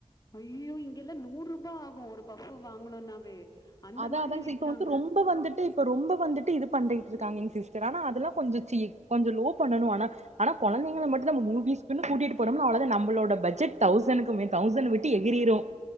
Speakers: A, on the left; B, on the right.
A: ஐயோ இங்கெல்லாம் நூறு ரூபாய் ஆகும் ஒரு பப்பு வாங்கணும்னாவே அந்த
B: அத
A: மாதிரி
B: அதாங்க சி
A: விக்கிறாங்க.
B: இப்ப வந்து ரொம்ப வந்துட்டு இப்ப ரொம்ப வந்துட்டு இது பண்ணிட்டுயிருக்காங்க சிஸ்டர் ஆனா அதெல்லாம கொஞ்ஞோ சீ கொஞ்ஞோ லோ பண்ணணு ஆனா -ஆனா குழந்தைளை மட்டும் நம்ம மூவிஸ் க்குனு கூட்டிட்டு போனோம்ன அவ்வளவு நமளோடஜெட்சுக்குமே தௌசண்ட் விட்டு எகிரிரும்